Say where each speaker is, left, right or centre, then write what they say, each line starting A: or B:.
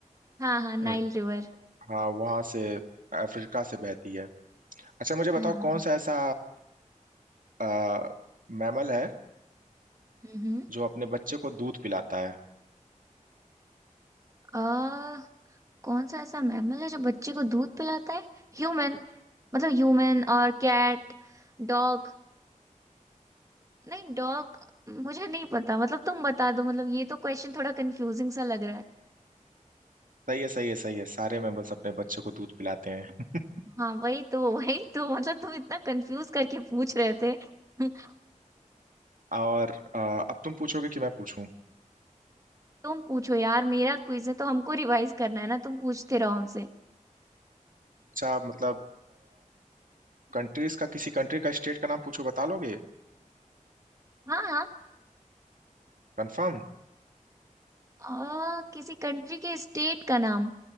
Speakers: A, on the right (about 25°); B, on the right (about 85°).
A: हाँ हाँ
B: अ,
A: नाइल रिवर
B: हाँ वहां से अफ्रीका से बहती है अच्छा मुझे बताओ
A: हाँ हाँ
B: कौन सा ऐसा आ, मैमल है
A: हम्म
B: जो अपने बच्चे को दूध पिलाता है
A: आ, कौन सा ऐसा मैमल है जो बच्चे को दूध पिलाता है ह्यूमन मतलब ह्यूमन और कैट डॉग नहीं डॉग मुझे नहीं पता मतलब तुम बता दो मतलब ये तो क्वेश्चन थोड़ा कंफ्यूजिंग सा लग
B: सही है सही है सही है सारे मैमल्स अपने बच्चे को दूध पिलाते हैं
A: हाँ वही तो वही तो मतलब तुम इतना कंफ्यूज करके पूछ रहे थे <laughs>
B: <laughs> और अ, अब तुम पूछोगे कि मैं पूछूं
A: तुम पूछो यार मेरा क्विज है तो हमको रिवाइज करना है ना तुम पूछते रहो हमसे
B: अच्छा आप मतलब कंट्रीज का किसी कंट्री का स्टेट का नाम पूछो बता लोगे
A: हाँ हाँ
B: कंफर्म
A: आ, किसी कंट्री के स्टेट का नाम